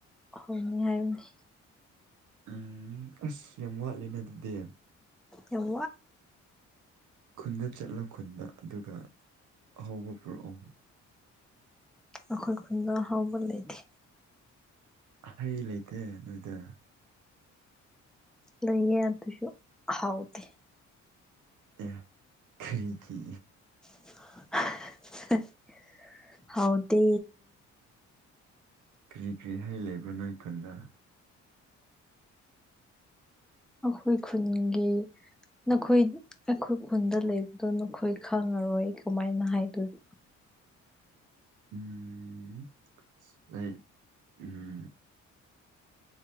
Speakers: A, in the centre; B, on the right.
A: ꯍꯧꯅꯤ ꯍꯥꯏꯕꯅꯤ
B: ꯎꯝ ꯑꯁ ꯌꯥꯝ ꯋꯥꯠꯂꯦꯅ ꯑꯗꯨꯗꯤ
A: ꯌꯥꯝ
B: ꯈꯨꯟꯗ ꯆꯠꯂꯣ ꯈꯨꯟꯗ ꯑꯗꯨꯒ ꯑꯍꯧꯕ ꯄꯨꯔꯛꯑꯣ
A: ꯑꯈꯠ ꯐꯨꯟꯗ ꯍꯥꯎꯕ ꯂꯩꯗꯤ
B: ꯍꯩ ꯂꯩꯇꯦ ꯅꯣꯏꯗ
A: ꯅꯌꯦ ꯑꯗꯨꯁꯨ ꯍꯥꯎꯗꯤ
B: ꯑꯦ ꯐꯔꯤ
A: <unintelligible> ꯍꯥꯎꯗ
B: ꯀꯔꯤ ꯀꯔꯤ ꯍꯥꯏꯩ ꯂꯩꯕ ꯅꯣꯏ ꯀꯨꯟꯗ
A: ꯑꯩꯈꯣꯏ ꯈꯨꯟꯒꯤ ꯅꯈꯣꯏ ꯑꯩꯈꯣꯏ ꯈꯨꯟꯗ ꯂꯩꯕꯗꯣ ꯑꯩꯈꯣꯏ ꯈꯪꯉꯔꯣꯏ ꯑꯩ ꯀꯃꯥꯏꯅ ꯍꯥꯏꯗꯣꯏꯕ
B: ꯎꯝ ꯑꯩ ꯎꯝ